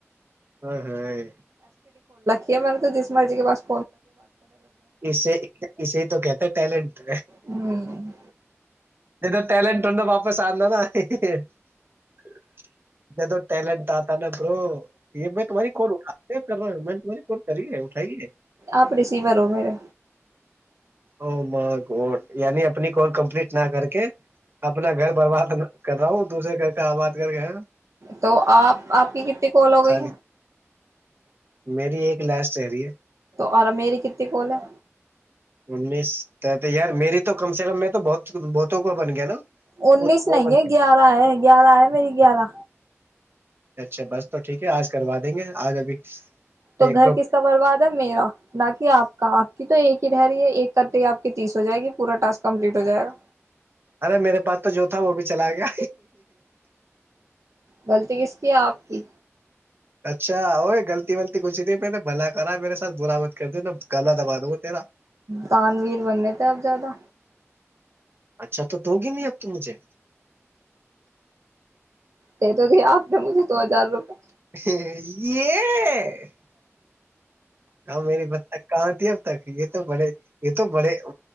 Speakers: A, on the right; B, on the right.
A: ائے ہائے
B: یہ م تو جسم جی ب <unintelligible>
A: اسے اسے تو کہتے ٹیلنٹ
B: ہمم
A: جد <unintelligible> ٹلنٹ ہہ تو واپس اندا ہے <inaudible> جدو ٹائلٹ تھا نا برو یہ میں تمہاری کال اٹھا کیا کر رہا ہوں میں نے تمہ کو کری ہے اٹھائیے
B: آپ ریسیور ہو میرے
A: او مائی گاڈ یعنی اپنی کال کمپلیٹ نہ کر کے اپنا گھر برباد کر رہا ہوں دوسرے گھر کا آباد کر کے
B: تو آپ آپ کی کتنی کول ہو گئی
A: خالی میری ایک لاسٹ رہ رہی ہے
B: اورا میری کتے کول ہے
A: انیس تو یار میری تو کم سے کم میں تو تو بہت بہتوں کا بن گیا نا
B: ان نیس
A: وہ
B: نہیں
A: بن
B: ہے گیارہ ہے گیارہ آئے میری گیارہ
A: اچھا بس تو ٹھیک ہے آج کروا دیں گے آج ابھی
B: تو
A: ایک
B: گھر
A: دو
B: کس کا برباد ہے میرا نہ کہ آپ کا آپ کی تو ایک ہی رہ رہی ہے ایک کرتے ہی آپ تیس ہو جائے گی پورا ٹسک کمپلیٹ ہو جائے گا
A: ارے میرے پاس تو جو تھا وہ بھی چلا گیا
B: غلطی کس کی ہے آپ کی
A: اچھا وہ غلطی غطتی کچھ نہیں میں نے بھلا کرا میرے ساتھ بر مت کر د نا گلا دبا دوں تیرا
B: تان ویر بننے تھے اپ زیادہ
A: اچھا تو توگی نہیں اب تو مجھے
B: یہ تو ت آپ نے مجھے دو ہزار روپئے
A: یہ ہاں میری بک کہاں تھی اب تک یہ تو بڑے یہ تو بڑے